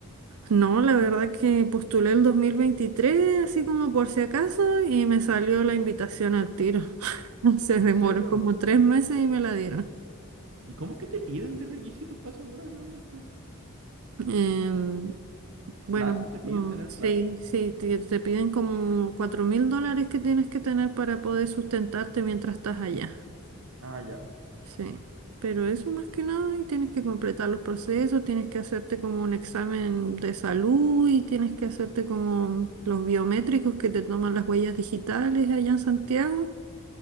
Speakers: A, on the right (about 85°); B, on the right (about 65°).
A: No, la verdad que postulé el 2023 así como por si acaso y me salió la invitación al tiro. <laughs> Se demoró
B: ¿En serio?
A: como tres meses y me la dieron.
B: ¿Y cómo que te piden de requisitos para esa weá realmente?
A: Em, bueno,
B: ¿Plata? ¿Te piden
A: mm,
B: tener
A: sí,
B: plata?
A: sí, te, te piden como cuatro mil dólares que tienes que tener para poder sustentarte mientras estás allá.
B: Ah, ya.
A: Sí, pero eso más que nada, y tienes que completar los procesos, tienes que hacerte como un examen de salud y tienes que hacerte como los biométricos que te toman las huellas digitales allá en Santiago